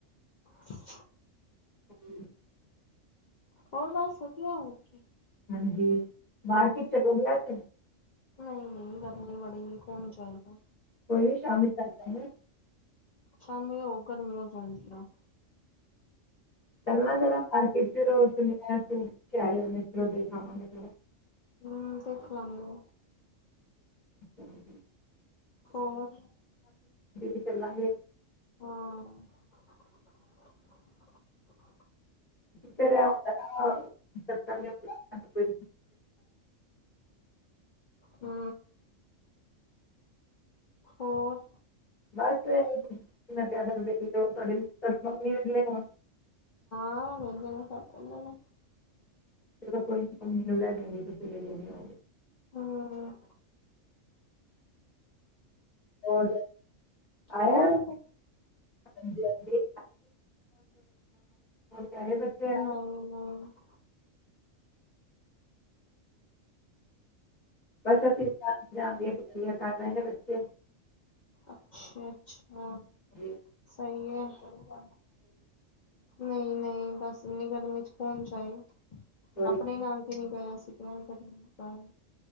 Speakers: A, on the left; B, on the left.
A: <inaudible>
B: ਹੂੰ।
A: ਹੋਰ ਬਸ ਵਧੀਆ ਹੋਏਗੀ।
B: ਹਾਂਜੀ ਮਾਰਕੀਟ ਚਲਾ ਗਿਆ ਓਹ ਤੇ।
A: ਨਹੀਂ-ਨਹੀਂ, ਗਰਮੀ ਬੜੀ ਕੌਣ ਜਾਏਗਾ?
B: ਕੋਈ ਨੀ ਸ਼ਾਮੀ ਚੱਲ ਪਾ ਗੇ।
A: <unintelligible>
B: <unintelligible>
A: ਹੂੰ ਦੇਖ ਲਾਂਗੇ।
B: <unintelligible>
A: ਹੋਰ
B: ਫੇਰ ਚੱਲਾਂਗੇ।
A: ਹਾਂ।
B: ਫੇਰ ਇਹ ਹੁੰਦਾ ਨਾ ਚਕਣ ਨਹੀਂ ਹੁੰਦਾ। ਕੋਈ
A: ਹਾ। ਹੋਰ?
B: <unintelligible>
A: ਹਾਂ ਵੇਲੇ ਹੈ ਤਾਂ ਕਰ ਲੈਣਾ।
B: <unintelligible> ਅਗਰ ਕੋਈ ਕੁਝ ਕਹੇਗਾ ਨੀ ਤੁਸੀਂ ਵੇਲੇ ਨਹੀਂ ਹੋਗੇ ਤਾਂ।
A: ਹੂੰ,
B: ਹੋਰ? ਆਇਆ
A: ਹੋਰ
B: ਹਾਂਜੀ-ਹਾਂਜੀ <unintelligible> ਡੇਹੇ ਬੱਚੇ
A: ਨਹੀਂ
B: ਆਏ
A: ਨਹੀਂ
B: ਬਸ ਅਸੀਂ ਐਗਾਮ ਆਨ ਦੀ ਤਿਆਰੀਆਂ ਕਰ ਰਹੇ ਨੇ ਬੱਚੇ।
A: ਅੱਛਾ- ਅੱਛਾ
B: ਜੀ
A: ਸਹੀ ਹੈ-ਸਹੀ ਹੈ। ਨਹੀਂ- ਨਹੀਂ ਬਸ ਇੰਨੀ ਗਰਮੀ ਚ ਕੌਣ ਚਾਈ।
B: ਕੋਈ
A: ਆਪਣੇ ਨਾਨਕੇ ਨੀ ਗਏ ਅਸੀ ਤੇ ਕਦੀ ਕਹਿਣ।